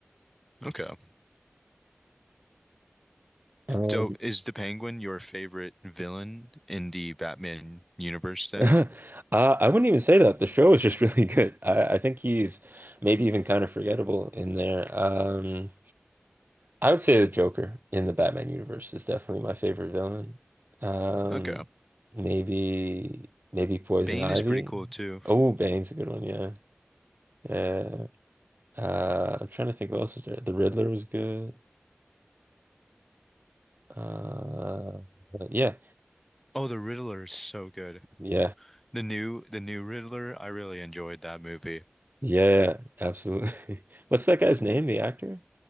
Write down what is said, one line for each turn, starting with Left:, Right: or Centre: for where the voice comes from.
Centre: Okay.
Right: Um
Centre: So is the Penguin your favorite villain in the Batman universe
Right: <laughs>
Centre: then?
Right: uh, I wouldn't even say that. The show is just <laughs> really good. I, I think he's maybe even kind of forgettable in there. Um I would say the Joker in the Batman universe is definitely my favorite villain. Um,
Centre: Okay.
Right: maybe maybe Poison
Centre: Bane
Right: Ivy.
Centre: is pretty cool too.
Right: Oh, Bane's a good one, yeah. Yeah. Uh, I'm trying to think what else is there. The Riddler was good. Uh, but yeah,
Centre: Oh, the Riddler is so good.
Right: yeah,
Centre: The new the new Riddler, I really enjoyed that movie.
Right: yeah, absolutely. <laughs> What's that guy's name, the actor?